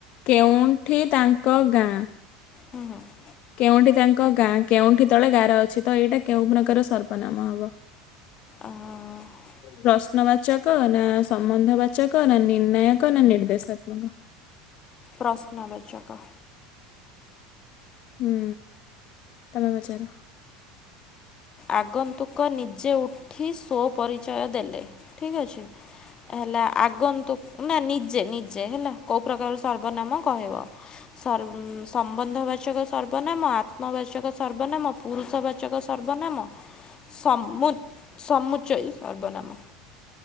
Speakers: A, on the left (about 50°); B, on the left (about 35°).
A: କେଉଁଠି ତାଙ୍କ ଗାଁ?
B: ହଁ, ହଁ।
A: କେଉଁଠି ତାଙ୍କ ଗାଁ? କେଉଁଠି ତଳେ ଗାର ଅଛି ତ ଏଇଟା କେଉଁ ପ୍ରକାର ସର୍ବନାମ ହବ?
B: ଆ, ହଁ, ହଁ।
A: ପ୍ରଶ୍ନବାଚକ ନା ସମ୍ବନ୍ଧ ବାଚକ ନା ନିର୍ଣ୍ଣାୟକ ନା ନିର୍ଦ୍ଦେଶାତ୍ମକ?
B: ପ୍ରଶ୍ନବାଚକ।
A: ହୁଁ, ତୋମେ ପଚାର?
B: ଆଗନ୍ତୁକ ନିଜେ ଉଠି ସୋ ପରିଚୟ ଦେଲେ ଠିକ୍ ଅଛି। ହେଲା ଆଗନ୍ତୁ ନା ନିଜେ ନିଜେ ହେଲା, କୋଉ ପ୍ରକାର ସର୍ବନାମ କହିବ? ସର୍ ଉଁ, ସମ୍ବନ୍ଧ ବାଚକ ସର୍ବନାମ, ଆତ୍ମବାଚକ ସର୍ବନାମ, ପୁରୁଷ ବାଚକ ସର୍ବ ବନାମ ସମୁ ସମୁଚୟ ସର୍ବନାମ।